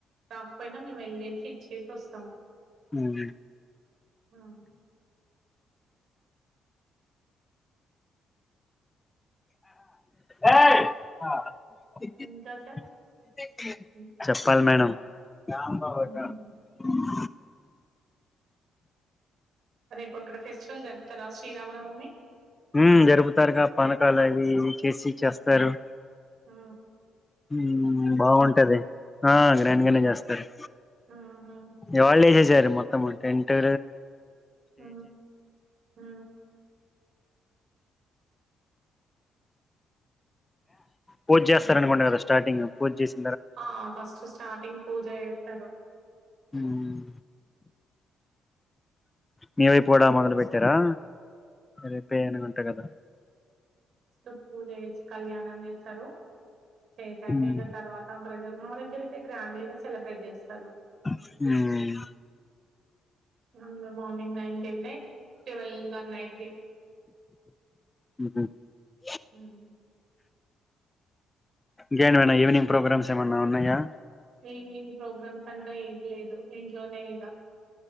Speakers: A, on the right; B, on the left.
A: కాకపోయినా మేము వెళ్ళేసి ఇచ్చేసి వస్తము
B: ఉహు
A: హ్మ్.
B: ఏ <unintelligible>
A: ఇంకా సార్ హ్మ్.
B: చెప్పాలి మేడం ఉమ్
A: హ్మ్. రేపు అక్కడ ఫెస్టివల్ జరుపుతారా శ్రీరామనవమి
B: ఊ జరుపుతారుగా పానకాలు అవి ఇవి చేసి చేస్తారు
A: ఆ
B: మ్మ్ బాగుంటది ఆ గ్రాండ్గానే చేస్తారు
A: హుహు.
B: ఇవాళ్ళ ఏసేసారు మొత్తం టెంటు
A: ఆ ఆ
B: పూజ చేస్తారనుకుంట కదా స్టార్టింగ్ పూజ చేసి
A: ఆ ఫస్ట్ స్టార్టింగ్ పూజ చేస్తారు
B: మ్మ్ మీ వైపు కూడా మొదలు పెట్టారా రేపే అనుకుంట కదా
A: స్ట్ పూజ చేసి కళ్యాణం చేస్తారు చేసాకే
B: ఉమ్
A: ఇగ తర్వాత ప్రజలు మా దగ్గర అయితే గ్రాండ్ గే సెలబ్రేట్ చేస్తారు
B: హ్మ్
A: అందరం మార్నింగ్ నైన్ కి ఎళ్తే ట్వెల్వ్ వన్ అయిద్ది
B: హ్మ్ హు
A: మ్మ్
B: ఇంకేంటి మల్లా ఈవినింగ్ ప్రోగ్రామ్స్ ఏమైన్నా ఉన్నాయా
A: ఈవినింగ్ ప్రోగ్రామ్స్ అంటూ ఏటి లేదు ఇంట్లోనే ఇగ